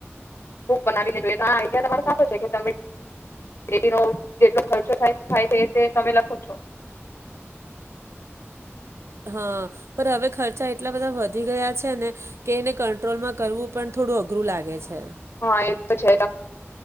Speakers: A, on the left (about 60°); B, on the right (about 70°).
A: બુક બનાવી ને જોયે આ આઈડિયા તમારો સારો છે કે તમે એનો જેટલો ખર્ચો થાય થાએ છે તે તમે લખો છો
B: હા પણ હવે ખર્ચા એટલા બધા વધી ગયા છે ને કે એને કંટ્રોલમાં કરવું પણ થોડું અઘરું લાગે છે
A: હા એ તો છે